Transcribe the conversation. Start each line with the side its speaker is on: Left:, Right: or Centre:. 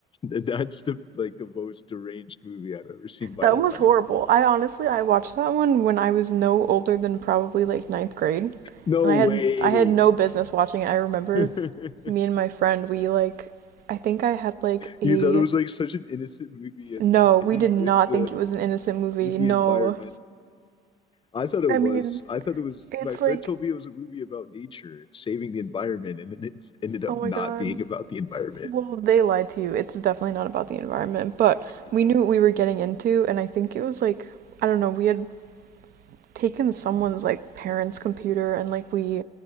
Left: Th- That's the like the most deranged movie I've ever seen in my
Right: That
Left: life.
Right: one was horrible. I honestly, I watched that one when I was no older than probably like ninth grade, and
Left: No
Right: I
Left: way.
Right: had I had no business watching it. I remember
Left: <laughs>
Right: me and my friend, we like, I think I had like
Left: You
Right: a,
Left: thought it was like such an innocent movie at
Right: no,
Left: the beginning
Right: we did not
Left: with the
Right: think it was an innocent movie.
Left: with the
Right: No.
Left: environment I thought it
Right: I
Left: was.
Right: mean,
Left: I thought it was. My
Right: it's
Left: friend
Right: like,
Left: told me it was a movie about nature, saving the environment, and then it ended up
Right: oh my
Left: not
Right: God.
Left: being about the environment.
Right: Well, they lied to you. It's definitely not about the environment, but
Left: <laughs>
Right: we knew what we were getting into, and I think it was like, I don't know, we had taken someone's like parents' computer and like we,